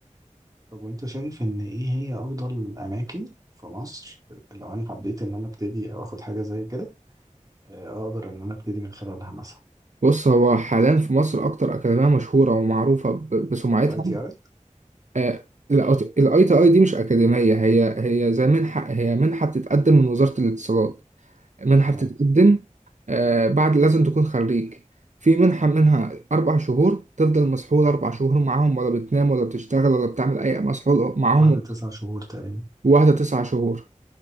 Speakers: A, on the right; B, on the right.
A: طب وأنت شايف إن إيه هي أفضل أماكن في مصر لو أنا حبيت إن أنا أبتدي أو آخد حاجة زي كده آه، أقدر إن أنا أبتدي من خلالها مثلا
B: بص هو حاليا في مصر اكتر اكاديمية مشهورة ومعروفة ب- بسمعتها
A: الأي تي أي
B: آه، الاي تي اي دي مش اكاديميه هي هي زي منحه هي منحه بتتقدم من وزاره الاتصالات منحه
A: تمام
B: بتتقدم آه، بعد لازم تكون خريج في منحه منها اربع شهور تفضل مسحول اربع شهور معاهم ولا بتنام ولا بتشتغل ولا بتعمل اي مسحول معاهم
A: واحدة تسع شهور تقريبا
B: واحده تسع شهور